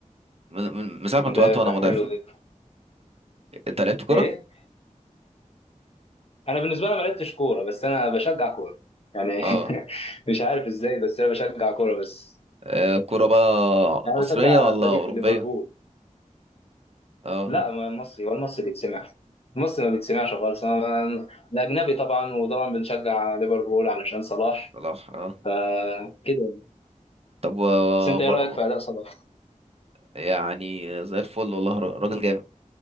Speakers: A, on the right (about 50°); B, on the left (about 50°).
A: من من من ساعة ما
B: مدافع
A: اتولدت وانا مدافع
B: حلو ده.
A: انت لعبت كرة؟
B: ايه انا بالنسبه لي ما لعبتش كوره بس انا بشجع كوره يعني
A: اه
B: <laughs> مش عارف ازاي بس انا بشجع كوره بس
A: آه، كرة بقى
B: يعني
A: مصرية
B: انا بشجع
A: ولا
B: فريق
A: أوروبية؟
B: ليفربول
A: اه
B: لا ما المصري هو المصري بيتسمع المصري ما بيتسمعش خالص انا أنا- الاجنبي طبعا وطبعا بنشجع ليفربول علشان صلاح
A: صلاح اه
B: فكده
A: طب و-
B: بس انت
A: بر-
B: ايه رايك في اداء صلاح
A: يعني زي الفل والله را- راجل جامد